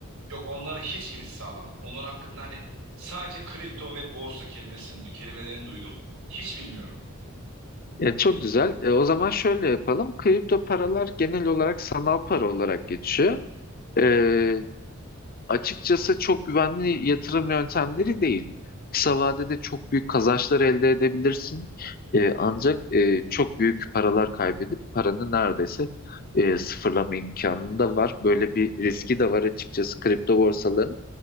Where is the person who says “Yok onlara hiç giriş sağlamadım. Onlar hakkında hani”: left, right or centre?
Right